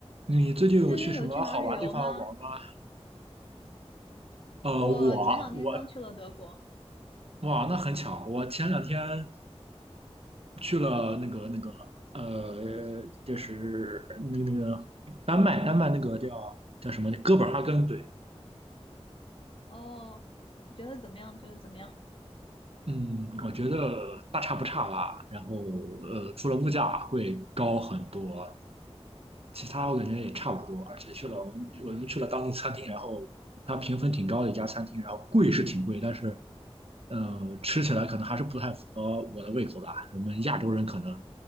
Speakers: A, on the right; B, on the left.
A: 你最近有去什么好玩的地方玩吗？
B: 最近有去哪儿旅游吗？
A: 呃，
B: 我前两天刚去了德国。
A: 我我哇，那很巧，我前两天去了那个那个呃，就是那个那个丹麦，丹麦那个叫叫什么哥本哈根，对，
B: 哦，你觉得怎么样？觉得怎么样？
A: 嗯，我觉得大差不差吧。然后呃，除了物价会高很多，其他我感觉也差不多，而且去了我们我们去了当地餐厅，然后它评分挺高的一家餐厅，然后贵是挺贵，但是呃吃起来可能还是不太符合我的胃口吧。我们亚洲人可能